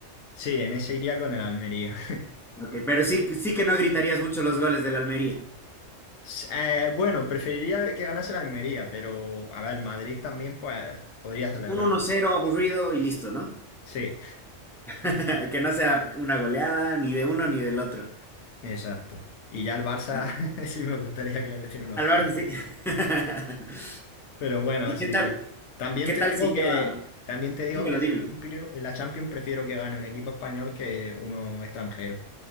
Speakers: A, on the left (about 70°); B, in the centre.
A: Sí, en ese iría con el Almería.
B: Ok, pero sí, sí que no gritarías mucho los goles del Almería.
A: S- eh, bueno, preferiría que ganase el Almería, pero a ver, el Madrid también pues podría celebrar.
B: Un uno cero aburrido y listo, ¿no?
A: Sí,
B: <laughs> Que no sea una goleada ni de uno ni del otro.
A: <laughs> exacto. Y ya el Barça
B: No.
A: <laughs> sí me gustaría que le metieran unos
B: Al
A: cuantos.
B: Barça sí. <laughs>
A: Pero bueno,
B: ¿Y qué
A: sí.
B: tal,
A: También
B: qué
A: te
B: tal
A: digo
B: se lleva?
A: que también te digo
B: Dímelo,
A: que en
B: dímelo.
A: la Champions en la Champions prefiero que gane un equipo español que uno extranjero.